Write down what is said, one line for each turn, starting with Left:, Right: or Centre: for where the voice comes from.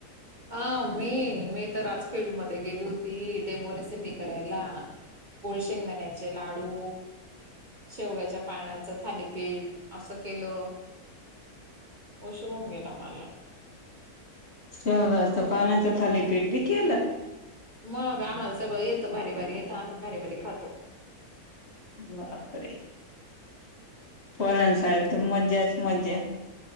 Right: अ मी मी तर आज फील्डमध्ये गेली होती. डेमो रेसिपी करायला. गुळ शेंगदाण्याचे लाडू. शेवग्याच्या पाण्याचं थालीपीठ. असं केलं. उशिर होऊन गेला माला.
Left: शेवग्याच्या पानाचं थालीपीठ बी केलं?
Right: म आम्हाला सगळं येतं. भारी भारी येतं. आम्ही भारी भारी खातो.
Left: बापरे. पोरान साद मज्जाच मज्जा.